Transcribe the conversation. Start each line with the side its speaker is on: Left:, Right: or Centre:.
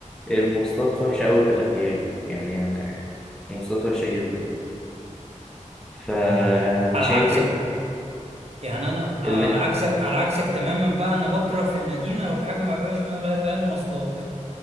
Centre: المواصلات وحشة أوي في الأرياف يعني المواصلات وحشة جدا فأنا
Right: أنا معاك على
Centre: شايف
Right: عكسك يعني أنا على
Centre: المد
Right: عكسك على عكسك تماما بقى أنا بكره في المدينة لو في حاجة ما بحبهاش بقى فيها المواصلات